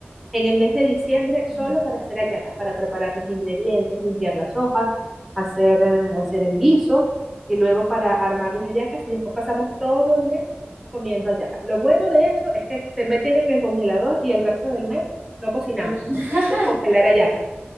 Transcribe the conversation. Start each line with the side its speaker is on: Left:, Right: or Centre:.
Centre: en el mes de diciembre solo
Right: mm.
Centre: para hacer hallacas, para preparar los ingredientes, limpiar las hojas, hacer, eh, hacer el guiso y luego para armar las hallacas y después pasamos todo el mes comiendo hallacas. Lo bueno de eso es que se meten en el congelador y el resto del mes no cocinamos,
Right: Mm.
Centre: es solo
Right: <laughs>
Centre: descongelar hallacas.